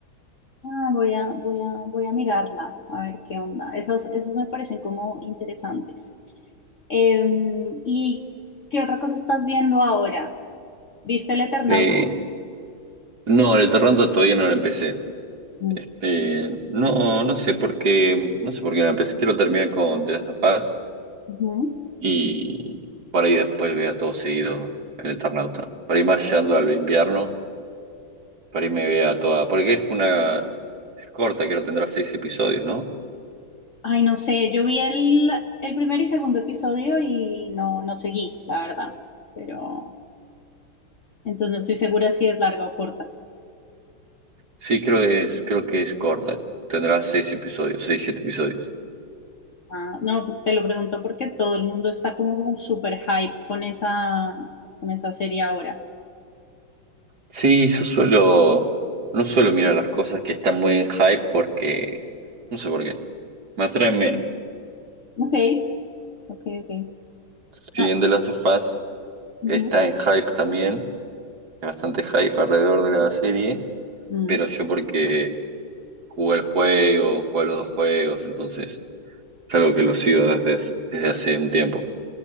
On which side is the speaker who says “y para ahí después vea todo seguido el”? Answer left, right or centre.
Right